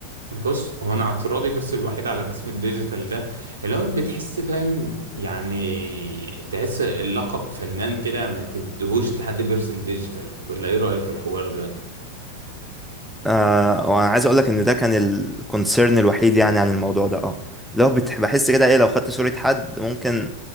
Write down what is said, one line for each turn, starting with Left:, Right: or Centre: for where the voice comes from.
Right: بص هو انا اعتراضي بس الوحيد على الرسم الديجيتال ده اللي هو بتحس فاهم يعني تحس اللقب فنان كده ما تدهوش لحد بيرسم ديجيتال ولا ايه رأيك في الحوار ده
Centre: آه وأنا عايز أقولك إن ده كان الكونسيرن الوحيد يعني عن الموضوع ده أه لو بت- بحس كده إيه لو خدت صورة حد ممكن